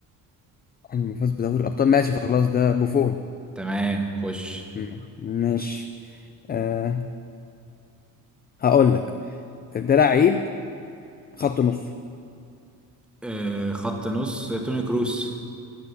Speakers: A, on the left; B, in the centre.
A: عمره ما فاز بدوري الابطال ماشي خلاص ده بوفون
B: تمام خش
A: مم، ماشي آه هقول لك ده لعيب خط نص
B: آه، خط نص توني كروس